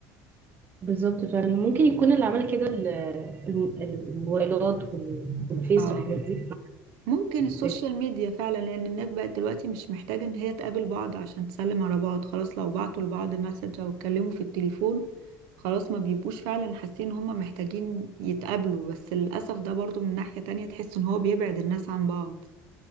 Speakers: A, on the right; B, on the right.
A: بالظبط فعلا ممكن يكون اللي عمل كده ال- الم- الموبايلات وال- والفيس
B: اه
A: والحاجات دي
B: ممكن السوشيال
A: شايفة
B: ميديا فعلا لان الناس بقت دلوقتي مش محتاجة ان هي تقابل بعض عشان تسلم على بعض خلاص لو بعتوا لبعض مسج او اتكلموا في التليفون خلاص ما بيبقوش فعلا حاسين ان هما محتاجين يتقابلوا بس للأسف ده برضو من ناحية تانية تحس ان هو بيبعد الناس عن بعض